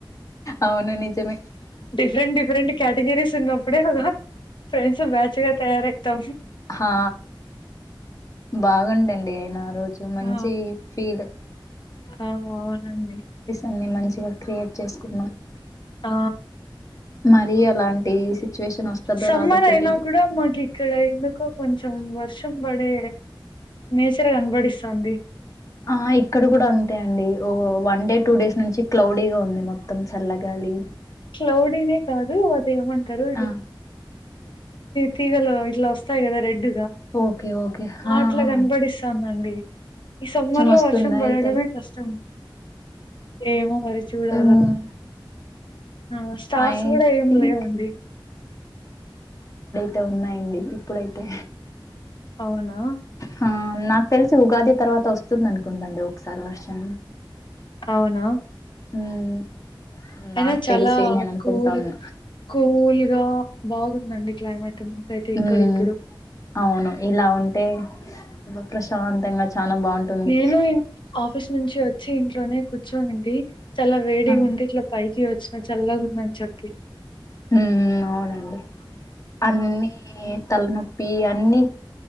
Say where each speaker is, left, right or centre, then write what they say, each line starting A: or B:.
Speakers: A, on the left; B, on the left.
A: అవును నిజమే
B: డిఫరెంట్ డిఫరెంట్ క్యాటగిరీస్ చిన్నప్పుడే కదా ఫ్రెండ్స్ బ్యాచ్ గా తయారయితం
A: హా బాగుండండి ఆ రోజు మంచి
B: ఆ
A: ఫీల్
B: ఆ అవునండి
A: కొన్ని మంచిగా క్రియేట్ చేసుకున్నాం
B: ఆ
A: మరి అలాంటి సిచ్యువేషన్ వస్తదో
B: సమ్మర్
A: రాదో
B: అయినా
A: తెలీదు
B: కూడా మాకు ఇక్కడ ఎందుకు కొంచం కొంచం వర్షం పడే నేచర్ కనబడిస్తుంది
A: ఆ ఇక్కడ కూడా అంతే అండి ఓ వన్ డే టూ డేస్ నుంచి క్లౌడీగా ఉంది మొత్తం చల్లగాలి
B: క్లౌడీనే కాదు అదేమంటారు
A: ఆ!
B: తిగలు ఇట్లా వస్తాయి కదా రెడ్
A: ఓకే. ఓకే. ఆ!
B: అట్లా
A: ఆ!
B: కనపడిస్తాందండి ఈ సమ్మర్ లో
A: వస్తుందా
B: వర్షం పడడమే
A: అయితే?
B: కష్టం ఏమో మరి చూడాల
A: హ్మ్.
B: ఆ స్టోర్స్
A: ఐ
B: కూడా ఏమి
A: థింక్
B: లేవండి
A: తే ఉన్నాయండి ఇప్పుడైతే
B: అవునా
A: హ నాకు తెలిసి ఉగాది తర్వాత వస్తుంది అనుకుంటండి ఒకసారి వర్షం
B: అవునా
A: హ్మ్.
B: అయినా
A: నాకు
B: చాలా
A: తెలిసి నేను అనుకుంటున్నా.
B: కూల్ కూల్గా బాగు నండి క్లైమేట్ మాకైతే
A: హ్మ్.
B: ఇక్కడ ఇప్పుడు
A: అవును ఇలా ఉంటే ప్రశాంతంగా చానా బావుంటుంది.
B: నేను ఇ ఆఫీస్ నుంచి వచ్చి ఇంట్లోనే కూర్చోనండి చాలా వేడి
A: ఆ!
B: ఉంది లో పయి కి వచ్చినా చల్లగా ఉందని చెప్పి
A: ఉ అవునండి అన్నీ
B: ఆ!
A: తలనొప్పి పి అన్నిీ